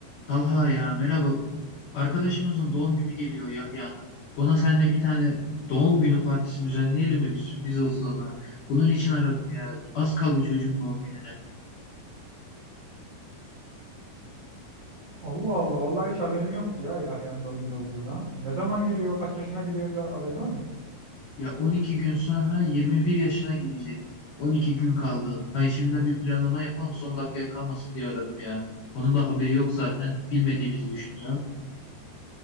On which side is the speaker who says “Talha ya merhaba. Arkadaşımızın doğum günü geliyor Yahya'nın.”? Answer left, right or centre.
Left